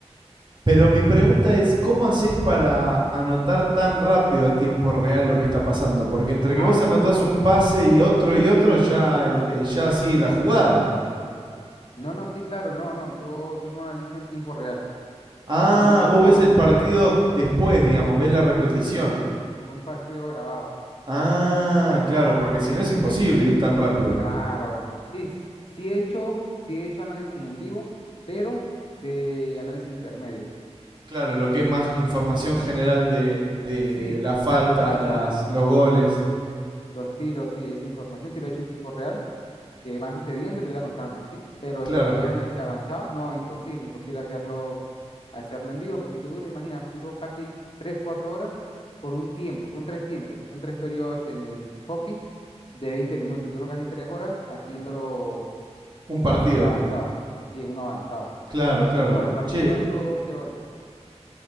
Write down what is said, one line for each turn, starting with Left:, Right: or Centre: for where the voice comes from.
Right: Pero mi pregunta es, ¿cómo haces para anotar tan rápido a tiempo real lo que está pasando? Porque entre que
Left: Ah,
Right: vos
Left: no,
Right: anotás
Left: no,
Right: un pase y otro y otro, ya, el- eh, ya sigue la jugada.
Left: no, no, sí, claro, no, no, yo, yo no analizo en tiempo real.
Right: Ah,
Left: Yo analizo,
Right: vos ves el
Left: me
Right: partido
Left: envían,
Right: después, digamos, ves la repetición.
Left: sí, un partido grabado,
Right: Ah,
Left: tipo,
Right: claro, porque si no es
Left: ejemplo,
Right: imposible ir tan rápido.
Left: claro, sí, s- sí he hecho, sí he hecho análisis en vivo, pero de análisis intermedio.
Right: Claro, lo que es más información general de, de
Left: Sí,
Right: las faltas,
Left: qué pasan
Right: las, los goles.
Left: los tiros, sí, esa información sí lo he hecho en tiempo real, que van sucediendo lo voy anotando, ¿sí? Pero
Right: Claro,
Left: lo que es análisis avanzado, no, imposible, imposible hacerlo, hacerlo en vivo, porque yo duro, imagina, duro casi 3 4 horas por un tiempo, son tres tiempos, son tres periodos en el hockey de 20 minutos, duro casi 3 horas haciéndolo
Right: un partido.
Left: así, el avanzado, sí, uno avanzado.
Right: Claro, claro.
Left: No, el partido
Right: Che,
Left: duró 12 horas,